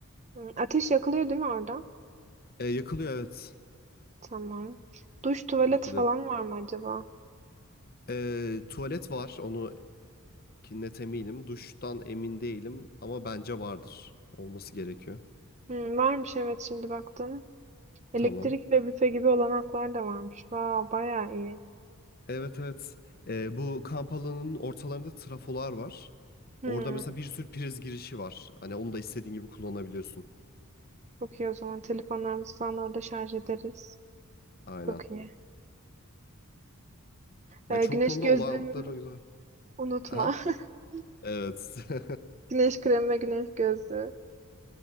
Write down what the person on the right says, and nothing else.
Hı, Ateş yakılıyor değil mi orada?
Tamam. Duş, tuvalet
falan var mı acaba?
Hmm, varmış evet şimdi baktım. Elektrik
ve büfe gibi olanaklar da varmış. Vay bayağı iyi.
Hmm,
çok iyi o zaman telefonlarımızı falan orada şarj ederiz.
Çok iyi.
Ee,
güneş
gözlüğümü
unutma.
<laughs>
Güneş kremi ve güneş gözlüğü.